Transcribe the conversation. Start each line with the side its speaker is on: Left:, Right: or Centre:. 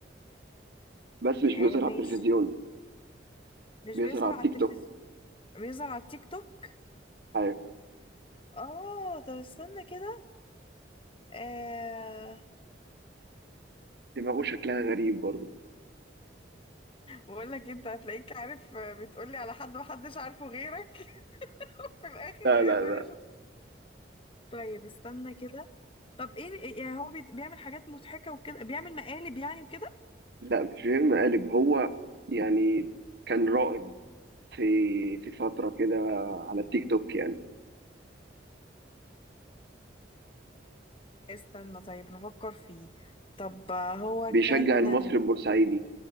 Right: بس مش بيظهر
Left: آه
Right: على
Left: ماشي
Right: التلفزيون
Left: مش
Right: بيظهر
Left: بيظهر
Right: على
Left: على
Right: التيك
Left: التلفزيون
Right: توك
Left: بيظهر على التيك توك
Right: ايوه
Left: اه طب استنى كده آه
Right: دماغه شكلها غريب برضه
Left: بقول لك انت هتلاقيك عارف آه، بتقولي على حد محدش عارفه غيرك <laughs> في الاخر
Right: لا
Left: ايه
Right: لا
Left: تقولي
Right: لا
Left: شخص طيب استنى كده طب ايه إيه- يعني هو بيت- بيعمل حاجات مضحكة وكده بيعمل مقالب يعني وكده
Right: لا مش بيهم قالب هو يعني كان رائد في في فتره كده على التيك توك يعني
Left: استنى طيب هفكر فيه طب آه، هو
Right: بيشجع
Left: كان
Right: المصري البورسعيدي